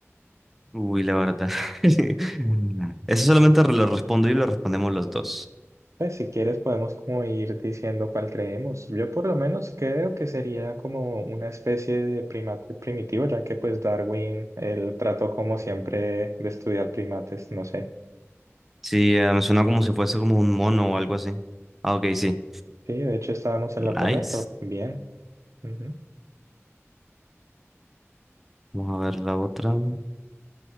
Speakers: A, in the centre; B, on the right (about 80°).
A: Uy, la verdad. <laughs> Mm. Eso solamente lo respondo y lo respondemos los dos.
B: Pues si quieres podemos como ir diciendo cuál creemos. Yo por lo menos creo que sería como una especie de primate primitivo, ya que pues Darwin, él trató como
A: Mm.
B: siempre de estudiar primates, no sé.
A: Sí, eh, me suena como si fuese como un mono o algo así. Ah, ok,
B: Sí,
A: sí.
B: sí, de hecho estábamos en
A: Nice.
B: lo correcto. Bien. Ujú.
A: Vamos a ver la otra.